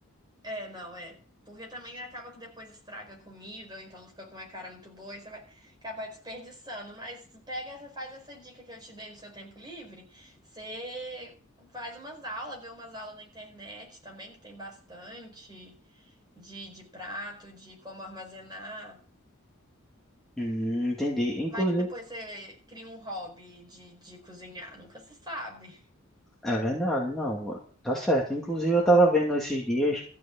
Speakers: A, on the right (about 20°); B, in the centre.
A: É, não, é. Porque também acaba que depois estraga a comida, ou então não fica com uma cara muito boa e você vai acabar desperdiçando. Mas pega, essa- faz essa dica que eu te dei no seu tempo livre. Você faz umas aulas, vê umas aulas na internet também, que tem bastante de, de prato, de como armazenar.
B: Hum, entendi. Inclusive,
A: Vai que depois você cria um hobby de, de cozinhar, nunca se sabe.
B: é verdade, não, tá certo. Inclusive, eu tava vendo esses dias